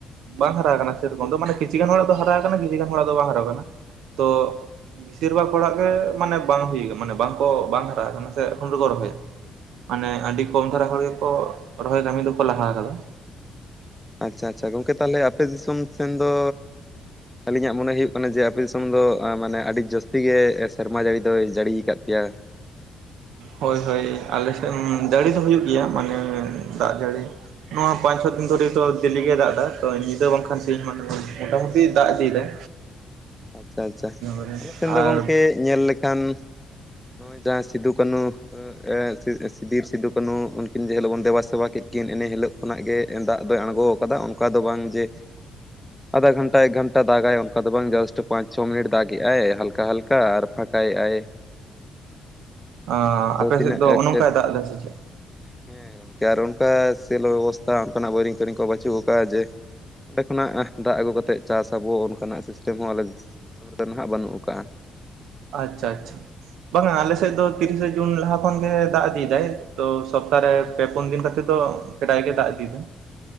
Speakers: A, on the right; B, in the centre.
A: ᱵᱟᱝ ᱦᱟᱨᱟ ᱟᱠᱟᱱᱟ ᱥᱮᱨᱚᱠᱚᱢ ᱫᱚ ᱢᱟᱱᱮ ᱠᱤᱪᱷᱤ ᱜᱟᱱ ᱦᱚᱲᱟᱜ ᱫᱚ ᱦᱟᱨᱟ ᱟᱠᱟᱱᱟ ᱜᱮ ᱟᱹᱰᱤ ᱜᱟᱱ ᱦᱚᱲᱟᱜ ᱫᱚ ᱵᱟᱝ ᱦᱟᱨᱟᱣ ᱠᱟᱱᱟ, ᱛᱚ
B: ᱟᱪᱪᱷᱟ
A: ᱵᱮᱥᱤᱨ ᱵᱷᱟᱜ ᱦᱚᱲᱟᱜ ᱜᱮ ᱢᱟᱱᱮ ᱵᱟᱝ ᱦᱩᱭ ᱠᱟᱱᱟ ᱢᱟᱱᱮ ᱵᱟᱝᱠᱚ ᱵᱟᱝ ᱦᱟᱨᱟ ᱠᱟᱱᱟ ᱥᱮ ᱮᱠᱷᱚᱱᱚ ᱟᱹᱣᱨᱤ ᱠᱩ ᱨᱚᱦᱚᱭᱟ ᱢᱟᱱᱮ
B: ᱟᱪᱪᱷᱟ
A: ᱟᱹᱰᱤ ᱠᱚ ᱦᱚᱨᱟ ᱦᱚᱲ ᱜᱮᱠᱚ ᱨᱚᱦᱚᱭ ᱠᱟᱹᱢᱤ ᱫᱚᱠᱚ ᱞᱟᱦᱟ ᱟᱠᱟᱫᱟ᱾
B: ᱟᱪᱷᱟ ᱟᱪᱷᱟ ᱜᱚᱝᱠᱮ ᱛᱟᱦᱚᱞᱮ ᱟᱯᱮ ᱫᱤᱥᱚᱢ ᱥᱮᱱ ᱫᱚ ᱟᱹᱞᱤᱧᱟᱜ ᱢᱚᱱᱮ ᱦᱩᱭᱩᱜ ᱠᱟᱱᱟ ᱡᱮ ᱟᱯᱮ ᱫᱤᱥᱚᱢ ᱫᱚ ᱟ ᱢᱟᱱᱮ ᱟᱹᱰᱤ ᱡᱟᱹᱥᱛᱤ ᱜᱮ ᱥᱮᱨᱢᱟ ᱡᱟᱹᱲᱤ ᱫᱚᱭ ᱡᱟᱹᱲᱤ ᱟᱠᱟᱫ ᱯᱮᱭᱟ᱾
A: ᱦᱳᱭ ᱦᱳᱭ ᱟᱞᱮ ᱥᱮᱫ ᱡᱟᱹᱲᱤ ᱫᱚ ᱦᱩᱭᱩᱜ ᱜᱮᱭᱟ ᱢᱟᱱᱮ ᱫᱟᱜ ᱡᱟᱹᱲᱤ᱾ ᱱᱚᱣᱟ ᱯᱟᱸᱪ ᱪᱷᱚ ᱫᱤᱱ ᱫᱷᱚᱨᱤᱡ ᱫᱚ ᱫᱮᱞᱤ ᱜᱮ ᱫᱟᱜ ᱫᱟᱭ ᱛᱚ ᱧᱤᱫᱟᱹ ᱵᱟᱝᱠᱷᱟᱱ ᱥᱤᱧ <unintelligible> ᱢᱚᱴᱟᱢᱩᱴᱤ ᱫᱟᱜ ᱤᱫᱤᱭᱮᱫᱟᱭ᱾
B: ᱟᱪᱪᱷᱟ ᱟᱪᱪᱷᱟ
A: <unintelligible>
B: ᱟᱞᱮ ᱥᱮᱱ ᱫᱚ
A: ᱟᱨ
B: ᱜᱚᱝᱠᱮ ᱧᱮᱞ ᱞᱮᱠᱷᱟᱱ ᱱᱚᱜᱼᱚᱭ ᱡᱟᱸᱦᱟᱸ ᱥᱤᱫᱩ ᱠᱟᱹᱱᱩ ᱟ, ᱮ ᱥᱤᱫ ᱵᱤᱨ ᱥᱤᱫᱩ ᱠᱟᱹᱱᱩ ᱩᱱᱠᱤᱱ ᱡᱮ ᱦᱤᱞᱳᱜ ᱵᱚᱱ ᱫᱮᱵᱟ ᱥᱮᱵᱟ ᱠᱮᱫ ᱠᱤᱱ ᱮᱱ ᱦᱤᱞᱳᱜ ᱠᱷᱚᱱᱟᱜ ᱜᱮ ᱫᱟᱜ ᱫᱚᱭ ᱟᱬᱜᱚ ᱟᱠᱟᱫᱟ ᱚᱱᱠᱟ ᱫᱚ ᱵᱟᱝ ᱡᱮ ᱟᱫᱷᱟ ᱜᱷᱚᱱᱴᱟ ᱮᱠ ᱜᱷᱚᱱᱴᱟ ᱫᱟᱜᱟᱭ ᱚᱱᱠᱟ ᱫᱚ ᱵᱟᱝ ᱡᱟᱥᱴ ᱯᱟᱸᱪ ᱪᱷᱚ ᱢᱤᱱᱤᱴ ᱫᱟᱜᱮᱭᱟᱭ ᱦᱟᱞᱠᱟ ᱦᱟᱞᱠᱟ ᱟᱨ ᱯᱷᱟᱸᱠᱟ ᱮᱜᱟᱭ᱾
A: ᱟᱸ ᱟᱯᱮ
B: ᱛᱤᱱᱟᱹᱜ
A: ᱥᱮᱫ ᱫᱚ
B: ᱠᱷᱮᱛ
A: ᱚᱱᱮ ᱚᱱᱠᱟᱭ ᱫᱟᱜ ᱮᱫᱟ ᱥᱮ ᱪᱮᱫ?
B: ᱦᱮᱸ ᱜᱚᱝᱠᱮ ᱟᱨ ᱚᱱᱠᱟ ᱥᱮᱞᱚ ᱵᱮᱵᱚᱥᱛᱷᱟ ᱚᱱᱠᱟᱱᱟᱜ ᱵᱳᱨᱤᱝ ᱛᱚᱨᱤᱝ ᱠᱚ ᱵᱟᱹᱱᱩᱜ ᱟᱠᱟᱫᱟ ᱡᱮ ᱚᱸᱰᱮ ᱠᱷᱚᱱᱟᱜ ᱫᱟᱜ ᱟᱹᱜᱩ ᱠᱟᱛᱮᱫ ᱪᱟᱥ ᱟᱹᱵᱩ ᱚᱱᱠᱟᱱᱟᱜ ᱥᱤᱥᱴᱮᱢ ᱦᱚᱸ ᱟᱞᱮ ᱫᱤᱥᱚᱢ ᱨᱮᱫᱚ ᱱᱟᱦᱟᱜ ᱵᱟᱹᱱᱩᱜ ᱠᱟᱜᱼᱟ᱾
A: ᱟᱪᱷᱟ ᱟᱪᱷᱟ ᱵᱟᱝᱟ ᱟᱞᱮᱥᱮᱫ ᱫᱚ ᱛᱤᱨᱤᱥᱮ ᱡᱩᱱ ᱞᱟᱦᱟ ᱠᱷᱚᱱ ᱜᱮ ᱫᱟᱜ ᱤᱫᱤᱭᱮᱫᱟᱭ ᱛᱚ ᱥᱚᱯᱛᱟ ᱨᱮ ᱯᱮ ᱯᱩᱱ ᱫᱤᱱ ᱠᱟᱛᱮ ᱛᱚ ᱠᱟᱡᱟᱠ ᱜᱮ ᱫᱟᱜ ᱤᱫᱤᱭ ᱫᱟ